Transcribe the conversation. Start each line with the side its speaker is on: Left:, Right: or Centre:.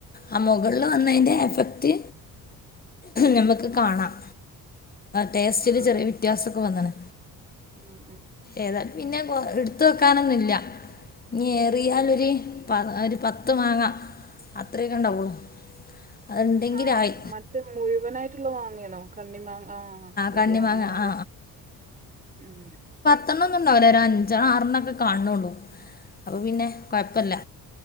Left: ആ മുകളിൽ വന്നതിന്റെ എഫ ക്ട് നമുക്ക് കാണാം ടേസ്റ്റില്
Right: ആ
Left: ചെറിയ വ്യത്യാസൊക്കെ വന്നണ്
Right: ഉം ഉം
Left: ഏതാലും പിന്നെ എടുത്ത് വെക്കാനൊന്നുല്ല ഇനി ഏറിയാലൊര്
Right: ആ
Left: പ ഒരു പത്ത് മാങ്ങ അത്രയേക്കെ ഉണ്ടാവുള്ളൂ അതുണ്ടെങ്കിലായി
Right: ആക്ക് മറ്റേ മുഴുവനായിട്ടുള്ള മാങ്ങണോ കണ്ണിമാങ്ങ ആ ശരിയാ
Left: കണ്ണിമാങ്ങ
Right: അങ്ങനലെ
Left: ആ
Right: ഉം
Left: പത്തെണ്ണോന്നും ഉണ്ടാവൂല ഒരു അഞ്ചെ ആരെണ്ണം ഒക്കെ കാണുന്നുള്ളൂ അപ്പൊ
Right: ഉം,
Left: പിന്നെ കൊഴപ്പല്ല